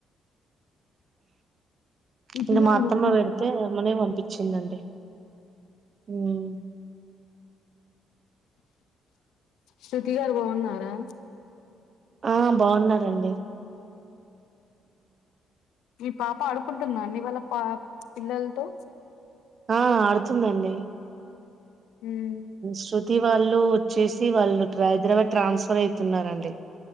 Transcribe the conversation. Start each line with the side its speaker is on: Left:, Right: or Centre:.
Left: శృతి
Right: ఇగ
Left: గారు
Right: మా అత్తమ్మ
Left: బావున్నారా?
Right: పెడితే. అమ్మనే పంపించిందండి. మ్
Left: శృతి గారు బాగున్నారా?
Right: ఆ బాగున్నారండి.
Left: మీ పాప ఆడుకుంటుందా అండి ఇవాళ పా పిల్లలతో
Right: ఆ ఆడుతుందండి
Left: హ్మ్.
Right: ష్ అంటే వాళ్ళు వచ్చేసి వాళ్ళు హైదరాబాద్ ట్రాన్స్ఫర్ అవుతున్నారండి.